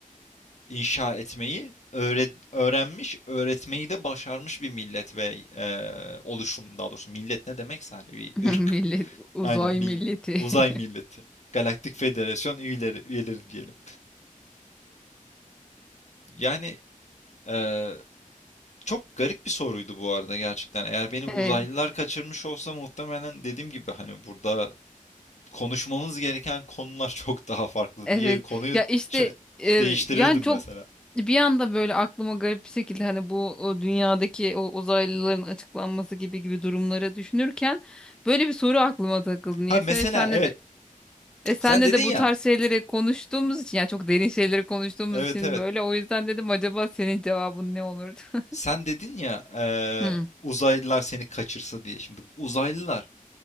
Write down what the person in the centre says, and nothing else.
<laughs>
Millet uzay
milleti.
<laughs>
Evet
Evet
ya işte
e,
yani çok
bir anda böyle aklıma garip bir şekilde hani bu o dünyadaki o uzaylıların açıklanması gibi gibi durumları düşünürken böyle bir soru aklıma takıldı niyeyse
ve senle
de e, senle
de bu
tarz şeyleri konuştuğumuz için yani çok derin şeyleri konuştuğumuz
için
böyle o yüzden dedim acaba senin cevabın ne olurdu? <laughs>
Hmm.